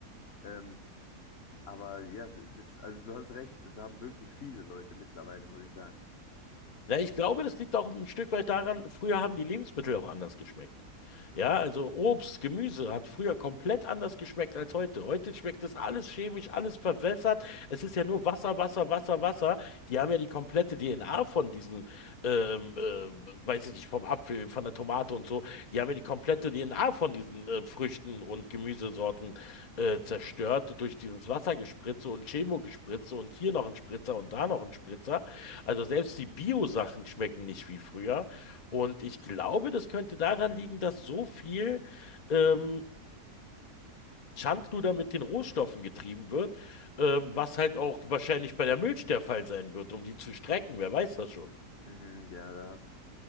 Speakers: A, on the left (about 55°); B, on the left (about 80°).
A: Ähm, aber ja, das ist, also du hast recht, das haben wirklich viele Leute mittlerweile, muss ich sagen.
B: Na, ich glaube, das liegt auch ein Stück weit daran, früher haben die Lebensmittel auch anders geschmeckt.
A: Mhm.
B: Ja, also Obst, Gemüse hat früher komplett anders geschmeckt als heute. Heute schmeckt das alles chemisch, alles verwässert. Es ist ja nur Wasser, Wasser, Wasser, Wasser. Die haben ja die komplette DNA von diesen, ähm, äh, weiß ich nicht, vom Apfel, von der Tomate und so. Die haben ja die komplette DNA von diesen äh, Früchten und Gemüsesorten äh, zerstört durch dieses Wassergespritze und Chemogespritze und hier noch ein Spritzer und da noch ein Spritzer. Also selbst die Bio-Sachen schmecken nicht wie früher. Und ich glaube, das könnte daran liegen, dass so viel ähm, Schindluder mit den Rohstoffen getrieben wird, ähm, was halt auch wahrscheinlich bei der Milch der Fall sein wird, um die zu strecken. Wer weiß das schon?
A: Mhm, ja, da hast,